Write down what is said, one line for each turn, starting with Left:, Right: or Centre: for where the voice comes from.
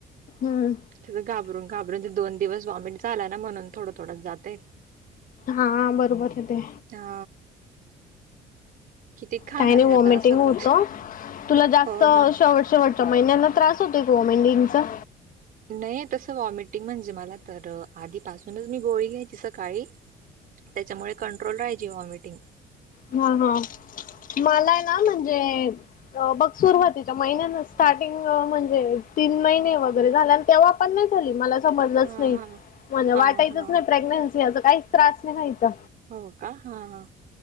Left: हम्म
Right: तिथं घाबरून घाबरून ते दोन दिवस व्हॉमिट झाला ना म्हणून थोडं थोडच जातय.
Left: हा बरोबर आहे ते.
Right: हा. किती खाणार
Left: काही नाही
Right: आहे
Left: व्हॉमिटिंग
Right: आता असं
Left: होत
Right: पण
Left: तुला जास्त
Right: हो
Left: अ
Right: ना
Left: शेवट शेवट महिन्यांना त्रास होते ग वॉमिटिंगचा?
Right: नाही तसं वॉमिटिंग म्हणजे मला तर आधीपासूनच मी गोळी घ्यायची सकाळी त्याच्यामुळे कंट्रोल राहिची व्हॉमिटिंग.
Left: हा, हा, मला ना म्हणजे बघ सुरुवातीच्या महिन्यान स्टार्टिंग म्हणजे तीन महिने वगैरे झाले आणि तेव्हा नाही झाली मला समजच
Right: हा
Left: नाही
Right: हा
Left: मला
Right: हा
Left: वाटायचच
Right: हा
Left: नाही प्र् असं काहीच त्रास नाही व्हायचा.
Right: हो का? हा, हा